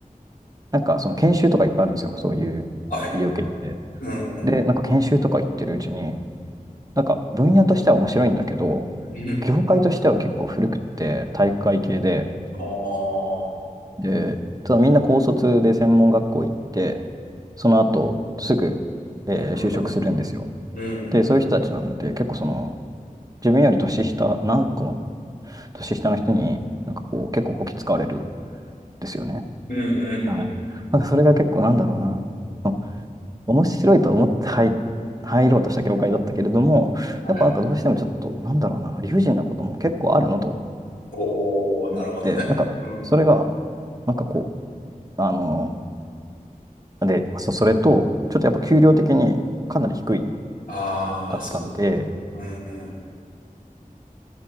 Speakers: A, on the right (about 25°); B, on the left (about 70°).
A: なんかその研修とかいっぱいあるんですよ。そういう医療系って。
B: はい。うんうん。
A: で、なんか研修とか行ってるうちに、なんか分野としては面白いんだけど、
B: うん。
A: 業界としては結構古くって、体育会系で、
B: ああ。
A: で、ただみんな高卒で専門学校行って、その後すぐ、えー就職するんですよ。
B: なるほど。うんうん。
A: で、そういう人たちなので、結構その、自分より年下、何個も年下の人に、なんかこう、結構こき使われるんですよね。
B: うんうんうん。
A: はい。なんかそれが結構なんだろうな。うん面白いと思って入、入ろうとした業界だったけれども、
B: はい。
A: やっぱなんかどうしてもちょっと、なんだろうな、理不尽なことも結構あるのと
B: おー、なるほどね。
A: 思って、なんか、
B: うん。
A: それが、なんかこう、あので、そそれと、ちょっとやっぱ給料的にかなり低い
B: ああ、
A: だったんで、
B: そう。うんうん。